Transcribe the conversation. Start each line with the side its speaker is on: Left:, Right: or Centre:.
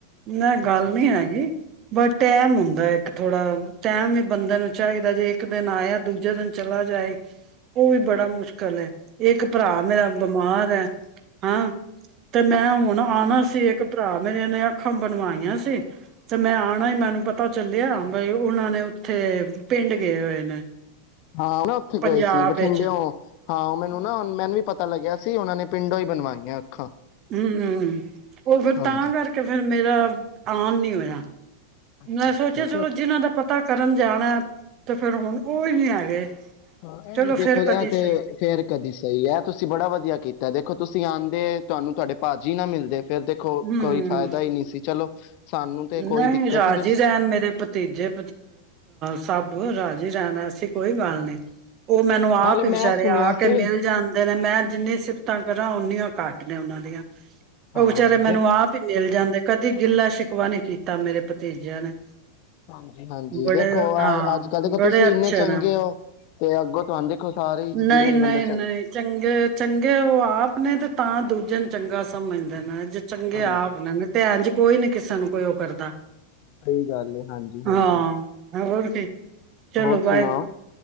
Right: ਨਹ
Left: ਅੱਛਾ
Right: ਗੱਲ ਨਹੀਂ ਹੈਗੀ ਬਟ ਟੈਮ ਹੁੰਦਾ ਇੱਕ ਥੋੜਾ ਟੈਮ ਹੀ ਬੰਦੇ ਨੂੰ ਚਾਹੀਦਾ ਜੇ ਇੱਕ ਦਿਨ ਆਇਆ ਦੂਜੇ ਦਿਨ ਚਲਾ ਜਾਏ - ਉਹ ਵੀ ਬੜਾ ਮੁਸ਼ਕਿਲ ਮੁਸ਼ਕਲ ਹੈ ਇਹ ਇੱਕ ਭਰਾ ਮੇਰਾ ਬਿਮਾਰ ਹੈ ਹਾਂ ਤੇ ਮੈਂ ਹੁਣ ਆਉਣਾ ਸੀ ਇੱਕ ਇੱਕ ਭਰਾ ਮੇਰੇ ਨੇ ਅੱਖਾਂ ਬਣਵਾਈਆਂ ਸੀ ਤੇ ਮੈਂ ਆਉਣਾ ਹੀ ਮੈਨੂੰ ਪਤਾ ਚੱਲਿਆ ਬਈ ਉਹਨਾਂ ਨੇ ਉੱਥੇ ਪਿੰਡ ਗਏ ਹੋਏ ਨੇ
Left: ਹਾਂ ਨਾ ਉੱਥੇ
Right: ਪੰਜਾਬ
Left: ਗਏ ਸੀ ਬਠਿੰਡੇਓ
Right: ਵਿੱਚ
Left: ਹਾਂ ਮੈਨੂੰ ਨਾ ਮੈਨੂੰ ਵੀ ਪਤਾ ਲੱਗਿਆ ਸੀ ਉਹਨਾਂ ਨੇ ਪਿੰਡੋਂ ਹੀ ਬਣਵਾਈਆਂ ਅੱਖਾਂ
Right: ਹਮ ਉਹ ਫਿਰ
Left: ਹਾਂਜੀ
Right: ਤਾਂ ਕਰਕੇ ਫਿਰ ਮੇਰਾ ਆਨ ਨੀ ਹੋਇਆ।
Left: ਅੱਛਾ
Right: ਮੈਂ
Left: ਅੱਛਾ
Right: ਸੋਚਿਆ ਚਲੋ ਜਿਹਨਾਂ ਦਾ ਪਤਾ ਕਰਨ ਜਾਣਾ ਤੇ ਫਿਰ ਹੁਣ ਉਹ ਹੀ ਨੀ ਹੈਗੇ।
Left: ਹਾਂ ਇਹ
Right: ਚਲੋ
Left: ਵੀ ਦੇਖੋ
Right: ਫੇਰ
Left: ਇਹ
Right: ਕਦੀ
Left: ਤੇ
Right: ਸਹੀ
Left: ਫੇਰ ਕਦੀ ਸਹੀ ਇਹ ਤੁਸੀਂ ਬੜਾ ਵਧੀਆ ਕੀਤਾ ਦੇ ਖੋ ਤੁਸੀਂ ਆਉਂਦੇ ਤੁਹਾਨੂੰ ਤੁਹਾਡੇ ਭਾ ਜੀ ਨਾ ਮਿਲਦੇ। ਫੇਰ ਦੇਖੋ
Right: ਹੂੰ।
Left: ਕੋਈ ਫਾਇਦਾ ਹੀ ਨਹੀਂ ਸੀ ਚਲੋ ਸਾਨੂੰ ਤੇ
Right: ਨਹੀਂ
Left: ਕੋਈ ਦਿੱਕਤ
Right: ਰਾਜੀੇ
Left: ਨੀ ਤੁਸੀਂ
Right: ਰਹਿਣ ਮੇਰੇ ਭਤੀਜੇ ਸਭ ਰਾ ਜੀ ਰਹਿਣ ਐਸੀ ਕੋਈ ਗੱਲ ਨੀ। ਉਹ ਮੈਨੂੰ
Left: ਹਾਂ
Right: ਆਪ
Left: ਨਾਲੇ
Right: ਹੀ ਵਿਚਾਰੇ
Left: ਮੈਂ ਸੁਣਿਆ
Right: ਆ ਕੇ
Left: ਸੀ
Right: ਮਿਲ ਜਾਨ ਮੈਂ ਜਿੰਨੀਆਂ ਸਿਫਤਾਂ ਕਰਾਂ ਓਨੀਆਂ ਘੱਟ ਨੇ ਉਹਨਾਂ ਦੀਆਂ।
Left: ਹਾਂ
Right: ਉਹ ਵਿਚਾਰੇ
Left: ਦੇਖ
Right: ਮੈਨੂੰ ਆਪ ਹੀ ਮਿਲ ਜਾਂਦੇ। ਕਦੀ ਗਿੱਲਾ ਸ਼ਿ ਵਾ ਨੀ ਕੀਤਾ ਮੇਰੇ ਭਤੀਜਿਆਂ ਨੇ।
Left: ਹਾਂਜੀ-ਹਾਂਜੀ
Right: ਬੜੇ
Left: ਦੇਖੋ
Right: ਹਾਂ
Left: ਅੱਜ ਕੱਲ੍ਹ ਦੇਖੋ
Right: ਬੜੇ
Left: ਤੁਸੀਂ
Right: ਅੱਛੇ
Left: ਇੰਨੇ ਚੰਗੇ
Right: ਨੇ
Left: ਹੋ ਤੇ ਅੱਗੋਂ ਤੁਹਾਨੂੰ ਦੇਖੋ ਸਾਰੇ ਜਿਵੇਂ
Right: ਨਹੀਂ ਨਹੀਂ
Left: ਬੰਦਾ
Right: ਨਹੀਂ
Left: ਚੰਗਾ
Right: ਚੰਗੇ ਚੰਗੇ ਉਹ ਆਪ ਨੇ ਤੇ ਤਾਂ ਦੂਜੇ ਨੂੰ ਚੰਗਾ ਸਮਝਦਾ ਨਾ ਜਿ ਚੰਗੇ
Left: ਹਾਂਜੀ
Right: ਆਪ ਨਾ ਤੇ ਇੰਜ ਕੋਈ ਨੀ ਸਾਨ ਨੂੰ ਕੋਈ ਉਹ ਕਰਦਾ।
Left: ਸਹੀ ਗੱਲ ਹੈ ਹਾਂਜੀ ਹਾਂਜੀ
Right: ਹਾਂ ਹੋਰ ਕੀ ਚਲੋ
Left: ਹੋਰ
Right: ਵਾਹਿਗੁਰੂ
Left: ਸੁਣਾਓ